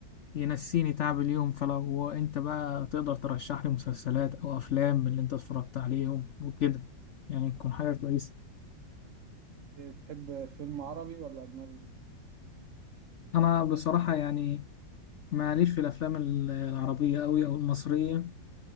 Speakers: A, on the left; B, on the right.
A: ينسيني تعب اليوم فلو انت بقى تقدر ترشح لي مسلسلات او افلام من اللي انت اتفرجت عليهم وكده يعني تكون حاجة كويسة
B: ايه تحب فيلم عربي ولا اجنبي
A: انا بصراحة يعني معليش في الافلام ال- العربية قوي او المصرية